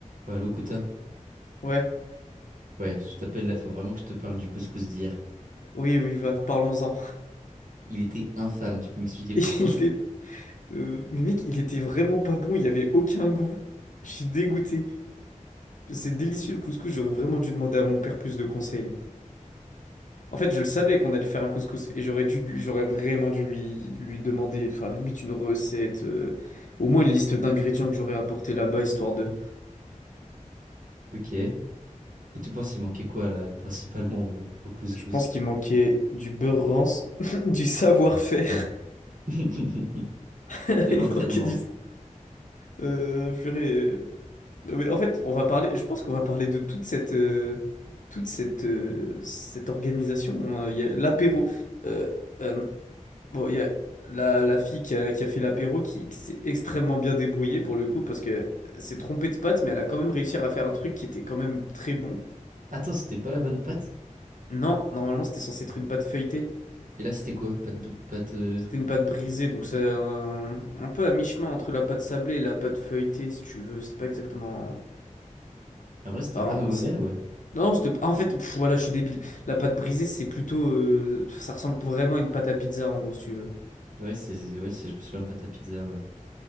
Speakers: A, on the right (about 80°); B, on the left (about 70°).
A: Ouais, Locuta.
B: Ouais,
A: Ouais, je t'appelle là, faut vraiment que je te parle du couscous d'hier.
B: oui, oui, va, parlons-en.
A: Il était infâme, tu peux m'expliquer
B: <laughs>
A: pourquoi?
B: Et Il est... euh, mais mec, il était vraiment pas bon, il y avait aucun goût. Je suis dégoûté. C'est délicieux le couscous, j'aurais vraiment dû demander à mon père plus de conseils. En fait, je le savais qu'on allait faire un couscous et j'aurais dû, lui- j'aurais vraiment dû lui, lui demander, enfin, limite une recette, euh, au moins une liste d'ingrédients que j'aurais apporté là-bas, histoire de.
A: Ok. Et tu penses il manquait quoi là, principalement au, au couscous?
B: Je pense qu'il manquait du beurre rance, <laughs> du savoir-faire,
A: <laughs>
B: <laughs>
A: De
B: il
A: l'entraînement.
B: manquait du. Euh, purée. Non, mais en fait, on va parler, je pense qu'on va parler de toute cette, euh, toute cette, euh, cette organisation. hein. Il y a l'apéro. euh, euh, bon, il y a la, la fille qui a, qui a fait l'apéro qui, qui s'est extrêmement bien débrouillée pour le coup parce que s'est trompée de pâte, mais elle a quand même réussi à faire un truc qui était quand même très bon.
A: Attends, c'était pas la bonne pâte?
B: Non, normalement, c'était censé être une pâte feuilletée.
A: Et là, c'était quoi? Pâte, b- pâte. euh,
B: C'était une pâte brisée, donc c'est un, un peu à mi-chemin entre la pâte sablée et la pâte feuilletée, si tu veux. C'était pas exactement.
A: En vrai, c'était
B: Enfin,
A: pas mauvais,
B: c'est-
A: ouais.
B: Non, c'était... En fait, pff, voilà, je suis débile. La pâte brisée, c'est plutôt... euh, ça ressemble vraiment à une pâte à pizza, en gros, si tu veux.
A: Ouais, c'est, ouais, c'est, je me souviens pâte à pizza, ouais.